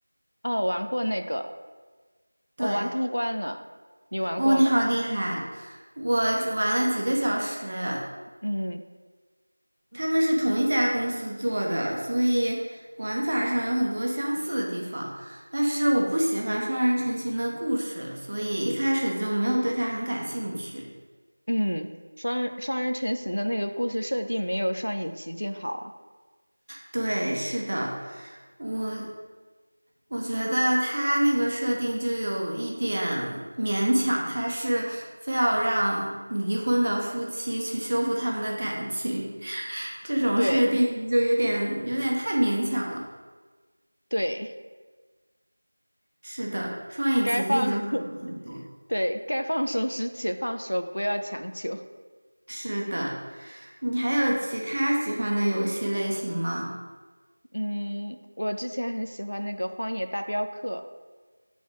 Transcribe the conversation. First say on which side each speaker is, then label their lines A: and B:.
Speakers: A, on the left; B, on the right.
A: 哦，玩过那个，我玩通关了，
B: 对。
A: 你玩过吗？
B: 哦，你好厉害！我只玩了几个小时，
A: 嗯
B: 他们是同一家公司做的，所以玩法上有很多相似的地方。但是我不喜欢双人成行的故事，所以一开始就没有对它很感兴趣。
A: 嗯，双人双人成行的那个故事设定没有上影奇境好啊。
B: 对，是的，我我觉得他那个设定就有一点勉强，他是非要让离婚的夫妻去修复他们的感情，这种设定就有点有点太勉强了。
A: 对对，
B: 是的，双影奇境就好很多。
A: 该放 <laughs> 对该放手时且放手，不要强求。
B: 是的，你还有其他喜欢的游戏类型吗？
A: 嗯，我之前很喜欢那个《荒野大镖客》，